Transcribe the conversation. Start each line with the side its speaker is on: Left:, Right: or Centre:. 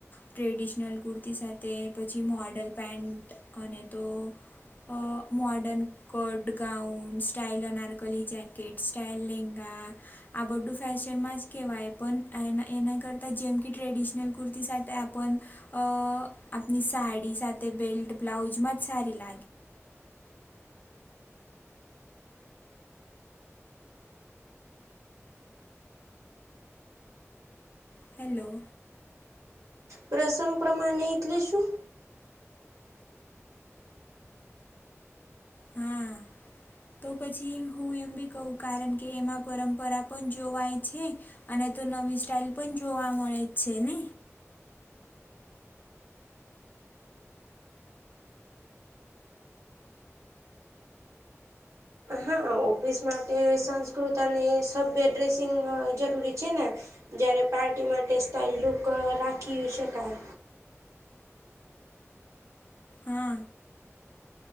Left: ટ્રેડિશનલ કુર્તી સાથે પછી મોડલ પેન્ટ અને તો. અ મોર્ડન કટ ગાઉન્સ. સ્ટાઈલો નરકોલી જાકેટ સ્ટાઈલ લિંગા. આબડ્ડું ફેશનમાં જ કેવાય પણ એ એના કરતા જેમ કે ટ્રેડિશનલ કુર્તી સાથે આપણ. અ આપની સાડી સાથે બેલ્ટ બ્લાઉઝમાં જ સારી લાગી. હેલો.
Right: પ્રસંગ પ્રમાણે એટલે શું?
Left: હા તો પછી હું એમ બી કહું કારણ કે એમાં પરંપરા પણ જોવાય છે. અને તો નવી સ્ટાઇલ પણ જોવા મળે જ છે. ને
Right: હા ઓફિસ માટે સંસ્કૃત અને સભ્ય ડ્રેસિંગ જરૂરી છે. ને જય્યારે પાર્ટી માટે સ્થાયુક રાખી શકાય
Left: હા